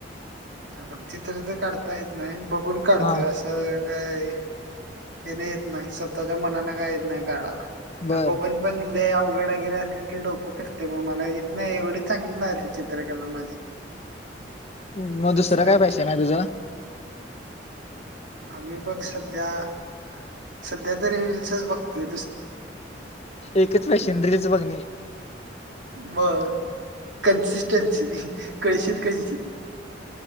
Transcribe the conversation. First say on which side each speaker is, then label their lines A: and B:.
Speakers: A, on the right (about 80°); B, on the left (about 35°).
A: अ चित्र तर काढता येत नाही बघून काढतोय
B: हा
A: असं काय हे नाही येत नाही स्वतःच्या मनाने काय येत नाही काढाला
B: बर
A: नम बघन पण अवघड वगैरे असल की डोपं फिते मग मला येत नाही एवढी चांगली नाही चित्रकला माझी
B: <inaudible> मग दुसरं
A: असं आहे
B: काय
A: आमचं
B: पैसे ना तुझ
A: आम्ही बघ सध्या सध्या तरी रीलसच बघते
B: एकच बा शेंद्रीच बघ नाही
A: मग कन्सिस्टन्सी कळशीत कळशी